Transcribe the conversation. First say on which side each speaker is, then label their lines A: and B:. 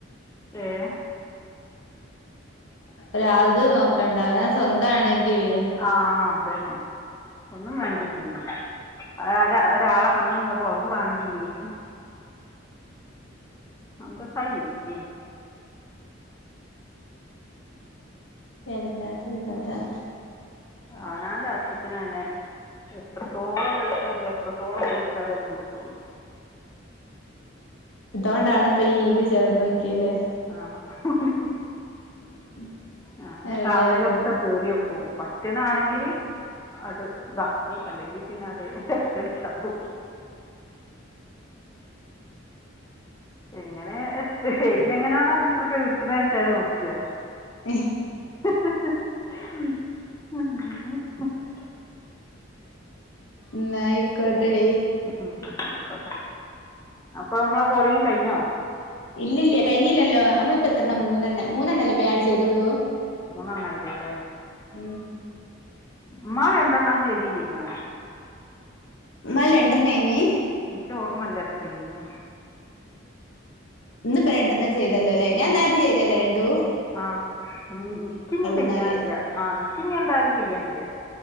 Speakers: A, on the left (about 15°); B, on the left (about 70°).
A: ഏഹ്
B: ഒ അത് നോക്കണ്ട അവനവൻ സ്വന്തം ആണെങ്കിലേ
A: ആഹ് അതന്നെ ഒന്നും വേണ്ടില്ലിത് ഒരാ ഒരാളെ കണ്ണും മുഖവും അവും കണ്ടില്ലേനു അന്തസായി ജീവിക്ക്യാ
B: വല്ലാത്തൊരു കഥ
A: അവനവന്റെ ആവശ്യത്തിന് തന്നെ എത്രത്തോളം കൈ കഴഞ്ഞോ എത്രത്തോളം കുഴി ഇട്ടാലേ ഒന്ന് കുത്തുവോള്ളൂ
B: തോണ്ടാണ് പ്പ യ്യീന് ചേർന്നോക്കിയ്ല്ലേ
A: ആഹ് ഹു ഹു ഹു
B: <inaudible>
A: ഞാന്
B: അവിടെവിടെ
A: കാൺന്നേലൊക്ക കേറിയോക്കു പറ്റ്ണാണെങ്കില് ആട്ട് താക്കൂ അല്ലെങ്കി പിന്നാട്ട് ലഫ്റ്റടിച്ചാളു എങ്ങനെ എയിലങ്ങനാണോ രണ്ട്രുപ്യ കിട്ട്ണച്ചാഅ്നോക്ക
B: എഹ്
A: ഹ് ഹ് ഹ് ഹ്
B: ന്നായിക്കോട്ടെഡി
A: ഉ ഉ ക്കോട്ടെ അപ്പൊ മ്മള കോളിങ്ങ് കയിഞ്ഞോ?
B: ഇല്ലല്ല്യ കയിഞ്ഞീല്ലല്ലോ അമ്മള്പ്പ ത്രണ്ണ
A: ആ
B: മൂന്നെണ്ണ മൂന്നെണ്ണല്ലെ പെ ആഡ് ചെയ്തുള്ളൂ
A: മൂന്നണ്ണ എയ്തല്ലേ
B: ഉം
A: മ്മാള് രണ്ടെണ്ണം ചെയ്തീല്ലേയ്നോ
B: ന്നാൾ രണ്ട്രണ്ണയിനി?
A: ന്ക്കോർമ്മല്ലെത്രയ് നൂന്ന്
B: ന്ന് പ്പൊ രണ്ടെണ്ണം ചെയ്തല്ലോല്ലേ ഞാന്നേരത്തെ ചെയ്തല്ലേ രണ്ടൂ
A: ആഹ് ൻക്കിന്നി ചെയ്യാൻ
B: എന്നാല്
A: യ്യ ആഹ് നിക്കിന്നി ന്തായാലും ചെയ്യാൻ യ്യ